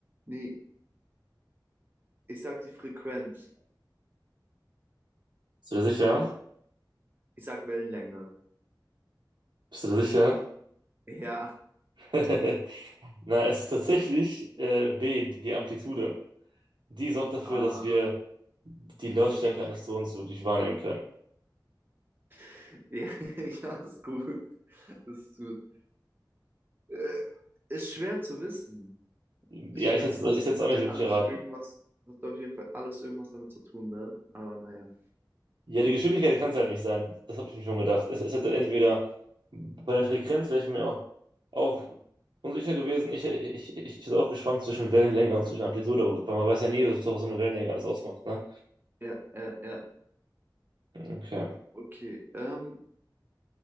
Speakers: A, on the right (about 25°); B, on the right (about 75°).
A: nee, ich sag die Frequenz.
B: Bist du da sicher?
A: Ich sag Wellenlänge.
B: Bist du da sicher?
A: Ja,
B: <laughs> Na, es ist tatsächlich äh, B, die Amplitude. Die sorgt dafür,
A: ah,
B: dass wir die Lautstärke
A: okay.
B: eines Tons wirklich wahrnehmen können.
A: <laughs> Ja, ja, ist gut. Ist gut. Äh, ist schwer zu wissen.
B: Ja,
A: Ist schwer
B: ich hätte
A: zu
B: es also
A: wissen.
B: ich hätte es
A: Hat
B: auch nicht
A: ja
B: wirklich
A: alles
B: erraten.
A: irgendwas, hat auf jeden Fall alles irgendwas damit zu tun, ne? Aber naja.
B: Ja, die Geschwindigkeit kann es halt nicht sein. Das habe ich mir schon gedacht. Es, es hätte entweder bei der Frequenz wäre ich mir auch, auch unsicher gewesen. Ich, ich, ich, ich hätte auch geschwankt zwischen Wellenlänge und zwischen Amplitude, weil man weiß ja nie, so, was so eine Wellenlänge alles ausmacht. Ne?
A: Ja, ja, ja.
B: Okay.
A: Okay. Ähm,